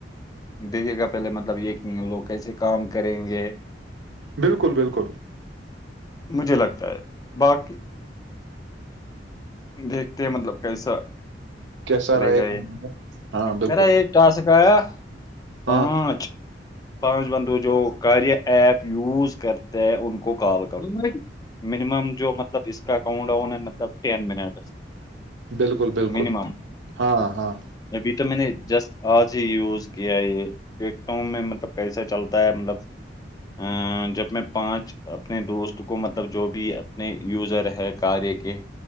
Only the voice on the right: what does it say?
بالکل بالکل
کیسا
رہے
گا ہمارا ہاں بالکل
ہاں
بالکل بالکل
ہاں ہاں